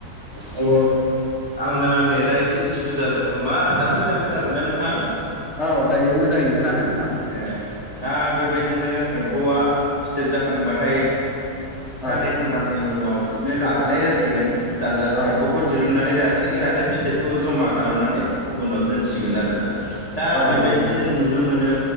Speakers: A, on the left (about 20°); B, in the centre.
A: अ आंना नेटा एसे इसु जादों खोमा दा मोजां खोनादोंना नोंथां?
B: औ दायो मोजाङैनो खोनादों नोंथां
A: ए दा बेबायदिनो एम्फौआ फिथोब जाखांबाथाय साननै
B: औ
A: सान थामनि उनाव बिदिनो जाजानाय जासिगोन जाजा
B: औ
A: एम्फौ दिरुननानै जासिगोन आरो फिथोबखौ जमा खालामनानै गुबुनाव दोनसिगोन आरो ना दा
B: औ
A: बेबायदिनो
B: नंगौ नोंथां
A: जों नुनो मोनो